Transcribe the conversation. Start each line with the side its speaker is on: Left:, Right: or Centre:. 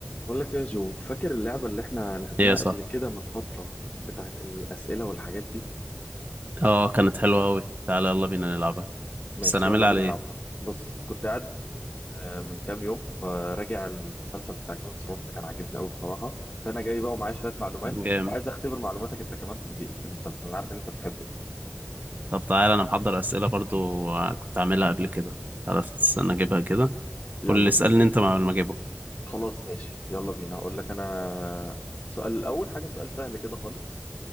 Left: بقول لك إيه يا جو فاكر اللعبة اللي احنا لعبناها
Right: ايه صح
Left: قبل كده من فترة بتاعت الأسئلة والحاجات دي
Right: اه كانت حلوة أوي تعالى يلا بينا نلعبها
Left: ماشي
Right: بس هنعملها
Left: يلا بينا
Right: على ايه
Left: نلعبها بص كنت قاعد من آه، من كام يوم فراجع المسلسل بتاع جيم اوف ثرونز كان عاجبني قوي بصراحة فأنا جاي بقى ومعايا شوية معلومات
Right: جامد
Left: وعايز أختبر معلوماتك أنت كمان في الجي... في المسلسل أنا عارف إن أنت بتحبه
Right: طب تعالى انا محضر أسئلة برضو آه، كنت عاملها قبل كده عرفت استنى اجيبها كده
Left: يلا
Right: قول اللي اسألني
Left: بينا
Right: انت مع ما اجيبهم
Left: خلاص ماشي يلا بينا أقول لك أنا سؤال الأول حاجة سؤال سهل كده خالص